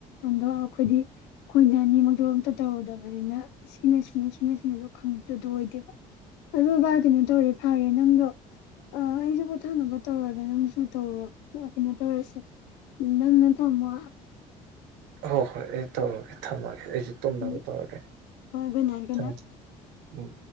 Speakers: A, on the left; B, on the right.
A: ꯑꯗꯣ ꯑꯈꯣꯏꯗꯤ ꯑꯈꯣꯏꯗꯤ ꯑꯅꯤꯃꯛꯇꯣ ꯑꯝꯇ ꯇꯧꯔꯨꯗꯕꯅꯤꯅ ꯁꯤꯅ ꯁꯤꯅꯤ ꯁꯤꯅ ꯁꯤꯅꯤꯗꯣ ꯈꯪꯗꯗꯣ ꯑꯣꯏꯗꯦꯕ ꯑꯗꯨ ꯕꯥꯏ ꯀꯩꯅꯣ ꯇꯧꯔꯦ ꯐꯥꯔꯦ ꯅꯪꯗꯣ ꯑ ꯑꯩꯁꯨ ꯄꯣꯊꯥꯅꯕ ꯇꯧꯔꯒꯦ ꯅꯪꯁꯨ ꯇꯧꯔꯣ ꯀꯩꯅꯣ ꯇꯧꯔꯁꯦ ꯅꯪꯅ ꯊꯝꯃꯣ
B: ꯍꯣ ꯍꯣꯏ ꯑꯩ ꯇꯧꯔꯒꯦ ꯊꯝꯃꯥꯒꯦ ꯑꯩꯁꯨ ꯇꯨꯝꯅꯕ
A: ꯎꯝ
B: ꯇꯧꯔꯒꯦ
A: ꯍꯣꯏ ꯒꯨꯗ ꯅꯥꯏꯠ ꯒꯨꯗ
B: ꯊꯝꯃꯦ
A: ꯅꯥꯏꯠ
B: ꯊꯝꯃꯦ ꯎꯝ